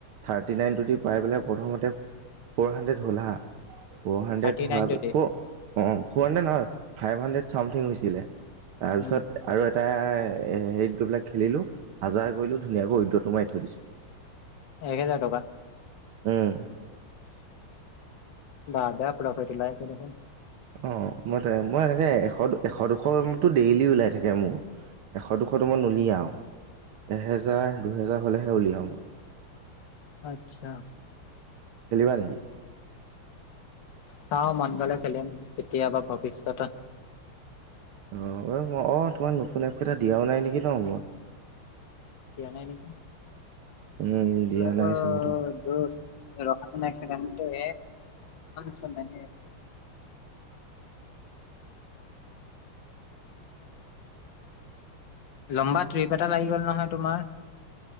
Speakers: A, on the right; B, on the left.
A: থাৰ্টি নাইনটোদি পাই পেলাই প্ৰথমতে ফ'ৰ হাণ্ড্ৰেড হ'ল হা ফ'ৰ হাণ্ড্ৰেড
B: থাৰ্টি
A: হোৱা
B: nine twenty
A: four' four hundred নহয় ফাইভ হাণ্ড্ৰেড চামথিং হৈছিলে, তাৰপিছত
B: উম
A: আৰু এটা হেৰিত গৈবিলাক খেলিলো হাজাৰ কৰিলো ধনীয়াকৈ উইদ্ৰটো মাৰি থৈ দিছো।
B: এক হেজাৰ টকা।
A: উম।
B: বা আগাৰ প্ৰফিট ওলাই আছে দেখোন
A: অহ', মই মই এনেকে এশ এশ দুশ ডেইলি ওলাই থাকে মোৰ। এশ দুশটো মই নোলিয়াও আৰু। এহেজাৰ দুহেজাৰ হলেহে উলিয়াও মই।
B: আচ্ছা।
A: খেলিবা নেকি?
B: চাওঁ মন গলে খেলিম কেতিয়াবা ভৱিষ্যতত।
A: অ', ম অহ', তোমাৰ নতুন এপ কেইটা দিয়াও নাই নেকি ন' মই?
B: দিয়া নাই নেকি
A: উম, দিয়া
B: চেলা
A: নাই চাগে ত
B: টো ৰখা চোন এক ছেকেণ্ড চোন টো এ লম্বা ট্ৰিপ এটা লাগি গ'ল নহয় তোমাৰ